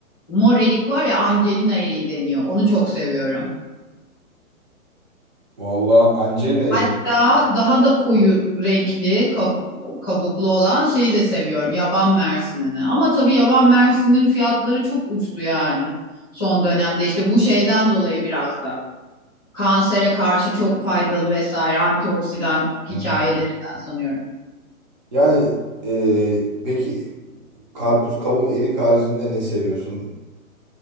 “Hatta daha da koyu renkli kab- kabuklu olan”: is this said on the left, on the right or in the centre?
Left